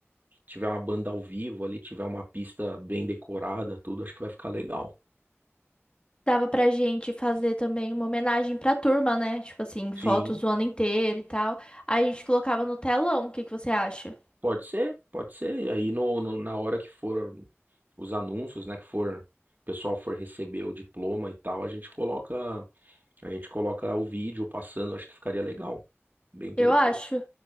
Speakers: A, on the right (about 40°); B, on the left (about 20°).
A: tiver uma banda ao vivo ali, tiver uma pista bem decorada, tudo, acho que vai ficar legal.
B: Dava pra gente fazer também uma homenagem pra turma, né? Tipo assim, fotos
A: Sim,
B: o ano inteiro e tal. Aí a gente colocava no telão, o que que você acha?
A: pode ser, pode ser. E aí no, no- na hora que for os anúncios, né, que for o pessoal for receber o diploma e tal, a gente coloca, a gente coloca o vídeo passando, acho que ficaria legal. Bem interessante.
B: Eu acho.